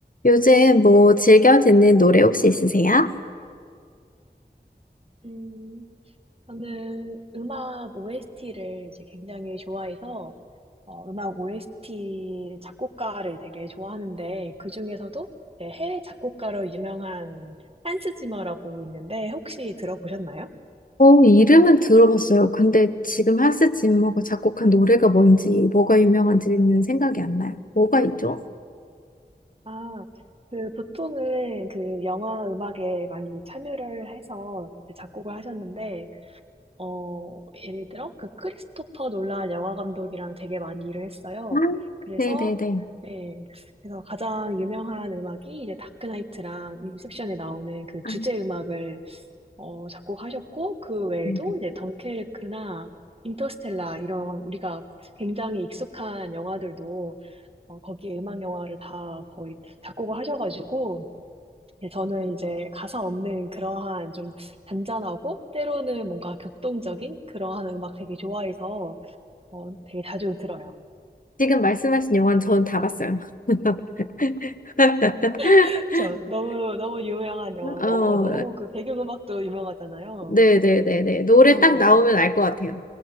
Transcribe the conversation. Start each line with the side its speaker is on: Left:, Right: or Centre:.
Left: 요즘 뭐 즐겨 듣는 노래 혹시 있으세요?
Right: 음, 저는 음악 OST를 이제 굉장히 좋아해서 어, 음악 OST 작곡가를 되게 좋아하는데 그 중에서도 이제 해외 작곡가로 유명한 한스 지머라고 있는데 혹시 들어보셨나요?
Left: 어, 이름은 들어봤어요. 근데 지금 한스 짐머가 작곡한 노래가 뭔지, 뭐가 유명한지는 생각이 안 나요. 뭐가 있죠?
Right: 아, 그 보통은 그 영화 음악에 많이 참여를 해서 작곡을 하셨는데 어, 예를 들어, 그 크리스토퍼 놀란 영화 감독이랑 되게 많이 일을 했어요.
Left: 아,
Right: 그래서,
Left: 네네네.
Right: 네, 그래서 가장 유명한 음악이 이제 다크나이트랑 인셉션에 나오는 그
Left: 아,
Right: 주제 음악을 어, 작곡하셨고, 그 외에도
Left: 네네.
Right: 이제 덩케르크나 인터스텔라 이런 우리가 굉장히 익숙한 영화들도 어, 거기에 음악 영화를 다 거의 작곡을 하셔가지고, 예, 저는 이제 가사 없는 그러한 좀 잔잔하고 때로는 뭔가 격동적인 그러한 음악 되게 좋아해서 어, 되게 자주 들어요.
Left: 지금 말씀하신 영화는 저는 다 봤어요. <laughs>
Right: <laughs> 저 너무 너무 유명한 영화고
Left: 어,
Right: 어, 너무 그 배경음악도 유명하잖아요.
Left: 네네네네. 노래
Right: 네,
Left: 딱 나오면 알 것 같아요.